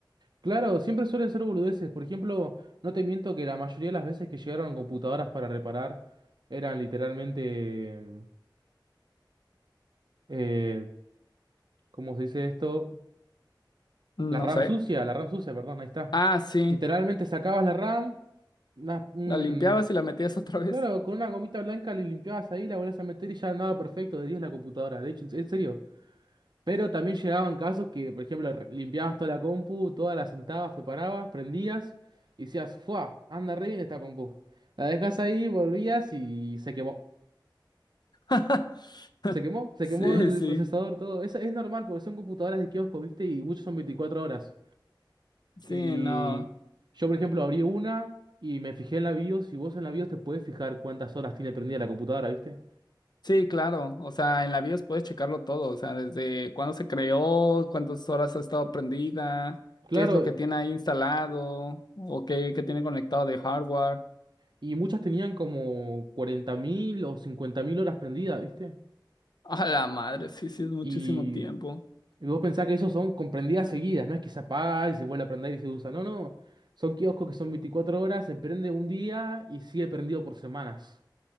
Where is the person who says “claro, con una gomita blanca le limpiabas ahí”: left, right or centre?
Right